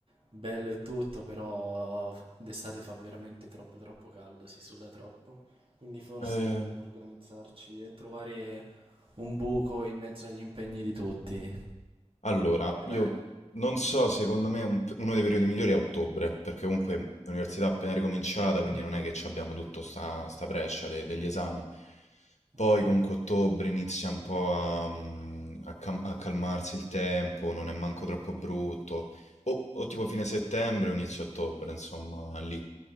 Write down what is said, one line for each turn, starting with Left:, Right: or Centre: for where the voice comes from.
Right: bello e tutto, però d'estate fa veramente troppo troppo caldo, si suda troppo. Quindi forse
Left: Eh,
Right: dobbiamo organizzarci e trovare un buco in mezzo agli impegni di tutti.
Left: Allora, io
Right: Eh,
Left: non so, secondo me un- uno dei periodi migliori è ottobre, perché comunque l'università è appena ricominciata,
Right: mhm,
Left: quindi non è che ci abbiamo tutto sta, sta brescia de- degli esami.
Right: mhm.
Left: Poi comunque ottobre inizia un po' a, mm, a cam- a calmarsi il tempo, non è manco troppo brutto, o, o tipo fine settembre o inizio ottobre, insomma, lì,